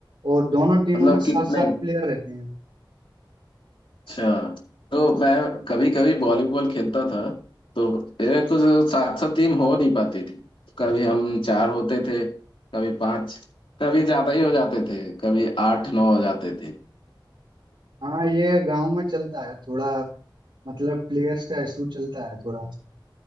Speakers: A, on the right; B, on the left.
A: और दोनों टीमों
B: मतलब
A: में सात
B: कितने
A: सात प्लेयर रहते हैं
B: अच्छा तो मैं कभी कभी वॉलीबॉल खेलता था तो मेरे कुछ सात सात टीम हो नहीं पाती थी कभी हम चार होते थे कभी पांच कभी ज्यादा ही हो जाते थे कभी आठ नौ हो जाते थे
A: हाँ ये गांव में चलता है थोड़ा मतलब प्लेयर्स का इशू चलता है थोड़ा